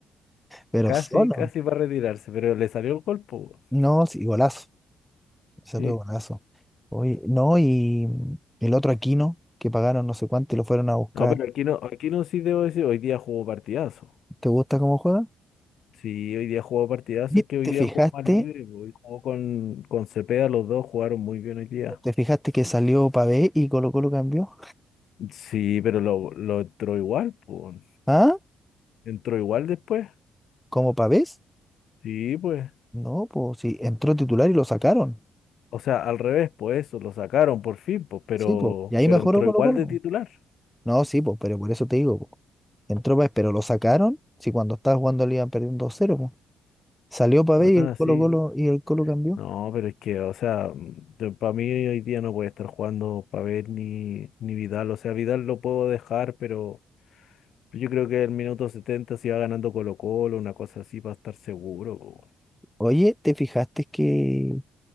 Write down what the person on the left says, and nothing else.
Casi,
casi va a retirarse, pero le salió el gol, po,
Sí.
No, pero aquí no, aquí no sí debo decir, hoy día jugó partidazo.
Sí, hoy día jugó partidazo,
es que hoy
día
jugó más libre, po, Hoy jugó con, con Cepeda, los dos jugaron muy bien hoy día.
Sí, pero lo, lo entró igual, pues.
Entró igual después.
Sí, pues.
O sea, al revés, pues eso, lo sacaron por fin, pues, pero,
pero
entró
igual de titular.
Ah,
sí.
No, pero es que, o sea, para mí hoy día no puede estar jugando Pavel ni, ni Vidal. O sea, Vidal lo puedo dejar, pero yo creo que el minuto setenta si va ganando Colo-Colo, una cosa así, para estar seguro. po.